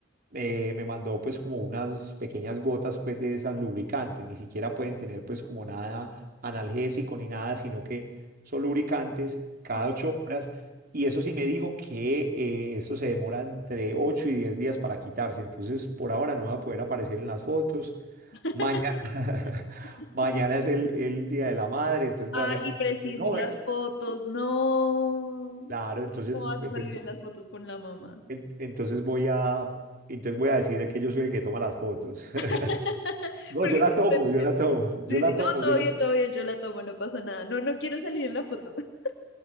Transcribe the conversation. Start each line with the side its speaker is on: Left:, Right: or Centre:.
Right: eh, me mandó pues como unas pequeñas gotas pues de esas lubricantes, ni siquiera pueden tener pues como nada analgésico ni nada, sino que son lubricantes cada
Left: ok.
Right: ocho horas. Y eso sí me dijo que eh, esto se demora entre ocho y diez días para quitarse, entonces por ahora no va a poder aparecer en las fotos.
Left: <laughs>
Right: Mañana, <laughs> mañana es el, el Día de la Madre, entonces
Left: Ah,
Right: voy a hacer...
Left: y
Right: yo-
Left: preciso,
Right: No,
Left: las
Right: eh,
Left: fotos, no.
Right: claro, entonces,
Left: No vas a
Right: entonces
Left: salir en las fotos con la mamá.
Right: en- entonces voy a, entonces voy a decir que yo soy el que toma las fotos. <laughs>
Left: <laughs>
Right: No,
Left: Porque
Right: yo la
Left: no
Right: tomo,
Left: te-
Right: yo la tomo, yo
Left: Sí,
Right: la
Left: sí,
Right: tomo,
Left: no, todo
Right: yo la...
Left: bien, todo bien, yo la tomo, no pasa nada. No, no quiero salir en la foto. <laughs>